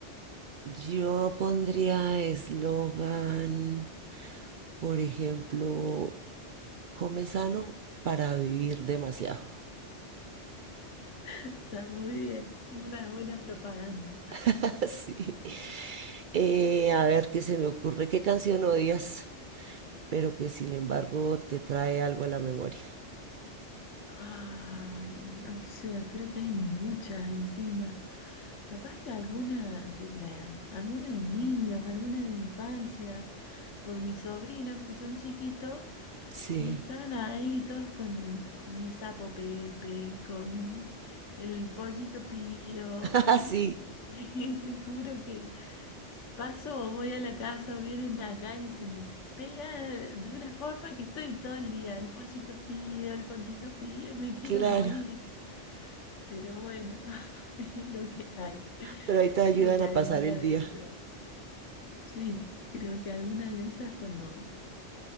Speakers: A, on the right; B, on the left.
A: yo pondría eslogan, por ejemplo, come sano para vivir demasiado.
B: Está muy bien, una buena propaganda.
A: <laughs> Sí. Eh, a ver qué se me ocurre, qué canción odias, pero que sin embargo te trae algo a la memoria.
B: Ay, no sé, creo que hay muchas encima. Capaz que alguna de la, alguna de niños, alguna de infancia, por mis sobrinos que son chiquitos
A: Sí,
B: y están ahí todos con, con el sapo Pepe, con el pollito Pío,
A: <laughs>
B: y,
A: Ah, sí,
B: <laughs> y te juro que Paso o voy a la casa o vienen acá y se me pega de una forma que estoy todo el día. El pancito pío, el pancito pío y me quiero
A: claro.
B: morir. Pero bueno, <laughs> es lo que hay.
A: Pero ahí te ayudan
B: Creo que
A: a
B: alguna
A: pasar el
B: de
A: día.
B: esas, sí, creo que alguna de esas cuando,